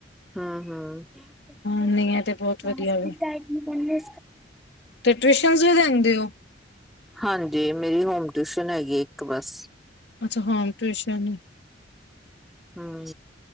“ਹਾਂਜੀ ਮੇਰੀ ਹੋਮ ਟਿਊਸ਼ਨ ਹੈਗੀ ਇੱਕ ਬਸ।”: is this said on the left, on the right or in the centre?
Centre